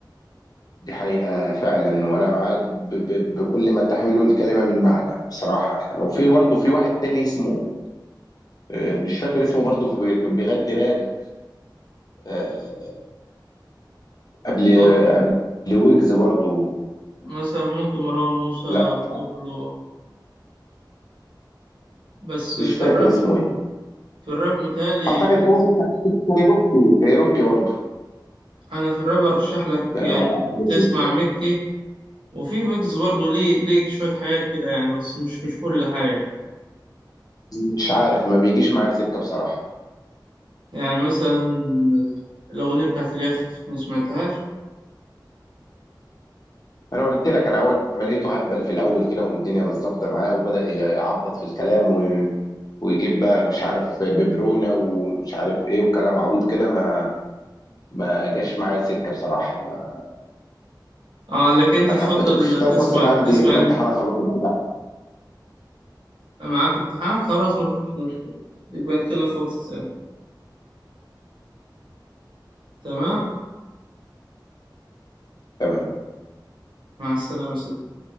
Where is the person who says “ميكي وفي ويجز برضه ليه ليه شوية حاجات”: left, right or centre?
Right